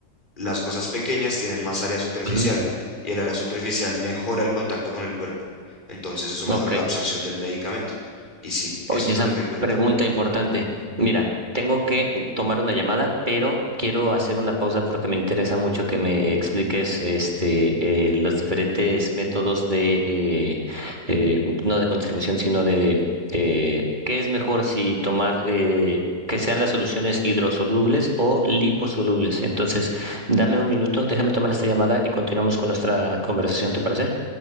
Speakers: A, on the left (about 25°); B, on the right (about 25°).
A: las cosas pequeñas tienen más área superficial
B: ujú,
A: y el área superficial mejora el contacto con el cuerpo. Entonces eso
B: ok.
A: mejora la absorción del medicamento. Y sí, eso
B: Oye,
A: es
B: esa
A: lo que te cuento.
B: pregunta importante. Mira, tengo que tomar una llamada, pero quiero hacer una pausa porque me interesa mucho que me expliques este, eh, los diferentes métodos de, eh, eh, no de conservación, sino de eh, qué es mejor si tomar, eh, que sean las soluciones hidrosolubles o liposolubles. Entonces, dame un minuto, déjame tomar esta llamada y continuamos con nuestra conversación, ¿te parece?